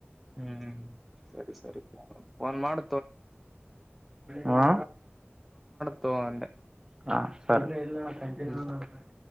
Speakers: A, in the centre; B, on the right (about 20°).
A: ಹ್ಮ್ ಸರಿ ಸರಿ ಒನ್ ಮಾಡ್
B: ಹಾ
A: ತಗೋ <unintelligible> ಅಂದೆ
B: ಹಾ ಸ <unintelligible> ಇಲ್ಲ ಕಂಟಿನ್ಯೂ
A: ಹ್ಮ್
B: <unintelligible>